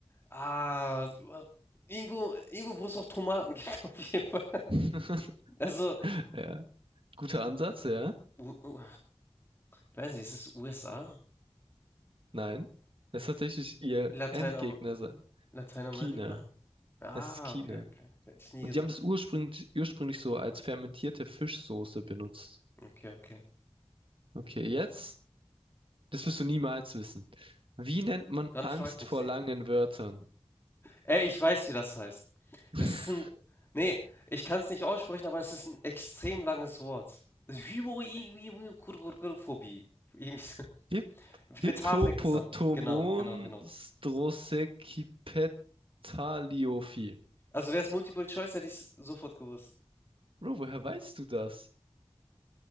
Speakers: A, on the left; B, on the right.
A: Ah, wa- irgendwo, irgendwo, wo es auch Tomaten gibt, <laughs> auf jeden Fall.
B: <laughs>
A: Also,
B: Ja. Guter Ansatz, ja.
A: U U ich weiß nicht, ist es USA?
B: Nein. Es ist tatsächlich ihr
A: Lateinamer
B: Endgegner, sa-
A: Lateinamerika?
B: China.
A: Ah,
B: Es ist China.
A: okay, okay. Hätte ich nie
B: Und
A: gedacht.
B: die haben das ursprünglich, ursprünglich so als fermentierte Fischsoße benutzt.
A: Okay, okay.
B: Okay, jetzt, das wirst du niemals wissen. Wie nennt man
A: Dann
B: Angst
A: frag mich,
B: vor
A: Digga.
B: langen Wörtern?
A: Ey, ich weiß, wie das heißt.
B: <laughs>
A: Das ist ein. Nee, ich kann es nicht aussprechen, aber es ist ein extrem langes Wort. Hypochondrophobie. Irgendwie so.
B: Hi Hippopotomon
A: Mit H fängt es an. Genau, genau, genau.
B: Strosekipetaliophi.
A: Also wäre es Multiple Choice, hätte ich es sofort gewusst.
B: Bro, woher weißt du das?